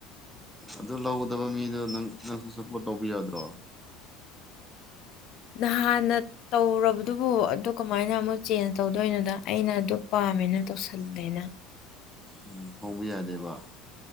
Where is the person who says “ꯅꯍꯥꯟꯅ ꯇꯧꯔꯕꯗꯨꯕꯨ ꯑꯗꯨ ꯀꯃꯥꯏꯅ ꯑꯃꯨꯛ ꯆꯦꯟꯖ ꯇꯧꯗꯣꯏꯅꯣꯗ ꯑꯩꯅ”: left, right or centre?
Left